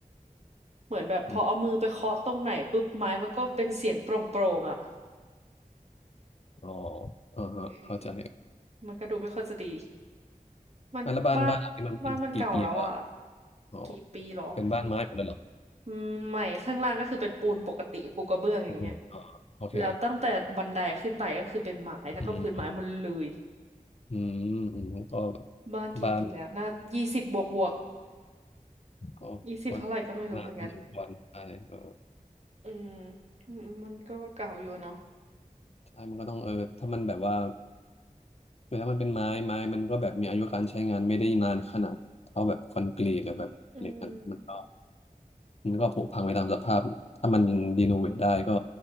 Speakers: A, on the right (about 50°); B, on the left (about 45°).
A: เหมือนแบบพอเอามือไปเคาะตรงไหนปุ๊บไม้มันก็เป็นเสียงโปร่งๆอ่ะ
B: อืมอ๋ออ่าฮะเข้าใจ
A: เออมันก็ดูไม่ค่อยจะดี มันบ้าน
B: อ่ะแล้วบ้านบ้านหลังนี้มันเป็นกี่ปีแล้วอะ
A: บ้านมันเก่าแล้วอ่ะ
B: อ๋อ
A: กี่ปีหรอยี่
B: เป็นบ้านไม้หมดเลยเหรอ
A: อืมใหม่ข้างล่างก็คือเป็นปูนปกติปูกระเบื้องอย่างเงี้ย
B: ปูนอ๋อโอเค
A: แล้วตั้งแต่บันไดขึ้นไปก็คือเป็นไม้แล้วก็พื้นไม้หมดเลย
B: อืมอืมอืมก็
A: บ้านกี่ปีแล้วน่ายี่สิบบวกบวก
B: บ้านก็ก็
A: <laughs> ยี่สิบเท่าไหร่ก็ไม่รู้เหมือนกัน
B: นานพอสมควรใช่เออ
A: อืมอืมมันก็เก่าอยู่อะเนาะ
B: ใช่มันก็ต้องเออถ้ามันแบบว่าแล้วมันเป็นไม้ไม้มันก็แบบมีอายุการใช้งานไม่ได้นานขนาดเท่าแบบคอนกรีตหรือแบบเหล็กนะมันก็
A: อืม
B: มันก็ผุพังไปตามสภาพถ้ามันรีโนเวทได้ก็